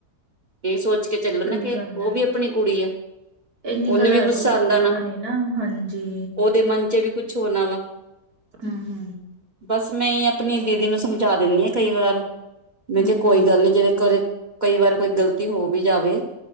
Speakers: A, on the right; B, on the right.
A: ਤੇ ਇਹ ਸੋਚ ਕੇ ਚੱਲਣ
B: ਸਹੀ
A: ਨਾ ਕਿ।
B: ਗੱਲ
A: ਉਹ
B: ਹੈ।
A: ਵੀ ਆਪਣੀ ਕੁੜੀ ਆ।
B: ਇੰਨੀ
A: ਉਹਨੂੰ
B: ਗੱਲ
A: ਵੀ
B: ਹਰ
A: ਗੁੱਸਾ
B: ਕੋਈ ਸੋਚਦਾ
A: ਆਉਂਦਾ ਨਾ
B: ਨੀ ਹਾਂਜੀ,
A: ਉਹਦੇ ਮਨ ਵਿੱਚ ਵੀ ਕੁਛ ਹੋਣਾ ਵਾ।
B: ਹੂੰ ਹੂੰ
A: ਬਸ, ਮੈਂ ਐਹੀ ਆਪਣੀ ਦੀਦੀ ਨੂੰ ਸਮਝਾ ਦਿੰਦੀ ਹਾਂ ਕਈ ਵਾਰ। ਮੈਂ
B: ਹੂੰ,
A: ਕਿਹਾ ਕੋਈ
B: ਹੂੰ।
A: ਗੱਲ ਨੀ ਜਿਦੇ ਘਰੇ ਕਈ ਵਾਰ, ਕੋਈ ਗ਼ਲਤੀ ਹੋ ਵੀ ਜਾਵੇ।